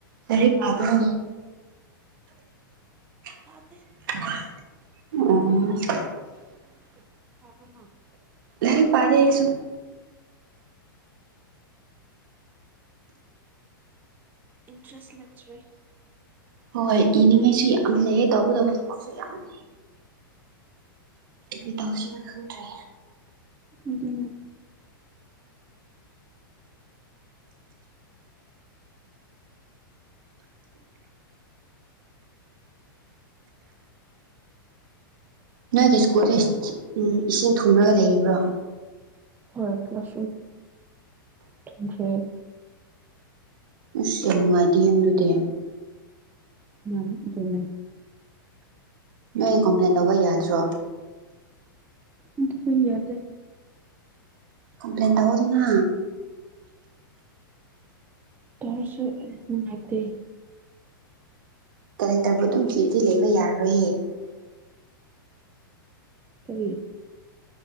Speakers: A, on the right (about 65°); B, on the right (about 15°).
A: ꯀꯔꯤ ꯄꯥꯕꯔꯣ <unintelligible> <unintelligible> ꯑꯣ꯫
B: ꯌꯥꯗꯦ <unintelligible>
A: <unintelligible> ꯄꯥꯔꯦ ꯑꯩꯁꯨ꯫
B: ꯏꯟꯇꯔꯦꯁ ꯂꯩꯇ꯭ꯔꯦ꯫
A: ꯍꯣꯏ ꯏꯅꯤꯉꯩꯁꯨ ꯌꯥꯝ ꯂꯩꯌꯦ꯫ ꯇꯧꯒꯗꯕ ꯊꯕꯛꯁꯨ ꯌꯥꯝ ꯂꯩ꯫ ꯀꯩꯇꯧꯁꯤꯔ ꯈꯪꯗ꯭ꯔꯦ꯫
B: ꯑꯗꯨꯅꯦ
A: ꯅꯣꯏꯒꯤ ꯁ꯭ꯀꯨꯜꯗꯤ ꯎꯝ ꯏꯁꯤꯡ ꯊꯨꯝꯃꯔꯒ ꯂꯩꯕ꯭ꯔꯣ꯫
B: <unintelligible> ꯊꯨꯝꯈ꯭ꯔꯦ꯫
A: ꯑꯁ ꯌꯥꯝ ꯅꯨꯡꯉꯥꯏꯇꯦ ꯍꯦ ꯑꯗꯨꯗꯤ꯫
B: ꯍꯣꯏ ꯑꯗꯨꯅꯦ꯫
A: ꯅꯣꯏ ꯀꯝꯄ꯭ꯂꯦꯟ ꯇꯧꯕ ꯌꯥꯗ꯭ꯔꯣ꯫
B: ꯑꯗꯨꯗꯤ ꯌꯥꯗꯦ꯫
A: ꯀꯝꯄ꯭ꯂꯦꯟ ꯇꯧꯍꯧꯗꯅ꯫
B: ꯀꯔꯤꯁꯨ ꯅꯨꯡꯉꯥꯏꯇꯦ꯫
A: <unintelligible> <unintelligible>
B: ꯀꯔꯤ꯫